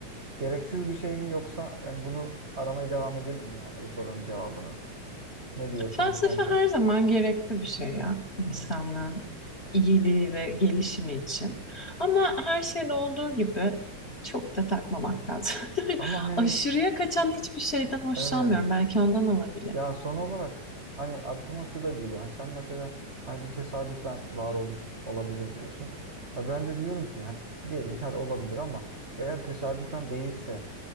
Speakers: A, on the right; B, on the left.
A: gereksiz bir şey mi yoksa yani bunu aramaya devam edelim mi yani bu sorunun cevabını? Ne diyorsun
B: Felsefe
A: bu konuda?
B: her zaman gerekli bir şey ya insanlığın
A: Hı hı.
B: iyiliği ve gelişimi için. Ama her şeyde olduğu gibi çok da takmamak lazım. <laughs>
A: Ama hani
B: Aşırıya kaçan hiçbir şeyden hoşlanmıyorum.
A: evet
B: Belki ondan olabilir.
A: Ya son olarak hani aklıma şu da geliyor. Hani sen mesela hani bir tesadüfen varoluş olabilir diyorsun. E Ben de diyorum ki yani diyelim ki hadi olabilir ama eğer tesadüfen değilse